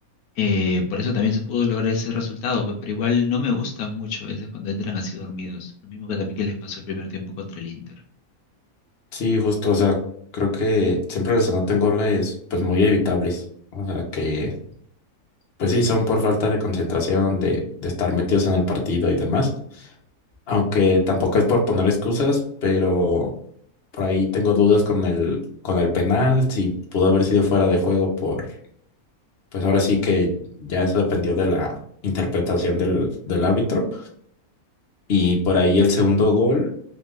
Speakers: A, on the left; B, on the left.
A: Eh, por eso también se pudo lograr ese resultado, pe- pero igual no me gusta mucho a veces cuando entran así dormidos, lo mismo que también que les pasó el primer tiempo contra el Inter.
B: sí, justo, o sea, creo que siempre les anotan goles pues muy evitables, o sea, que Pues sí, son por falta de concentración, de, de estar metidos en el partido y demás. Aunque tampoco es por poner excusas, pero por ahí tengo dudas con el, con el penal, si pudo haber sido fuera de juego por, pues ahora sí que ya eso dependió de la interpretación del, del árbitro. Y por ahí el segundo gol,